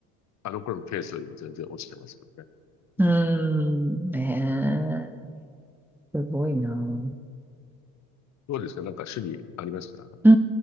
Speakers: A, on the left (about 40°); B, in the centre.
A: あの頃のペースよりも全然落ちてますけどね。
B: うーん、
A: うん
B: ねえ、すごいな。う
A: どうですかなんか趣味ありますか
B: ん、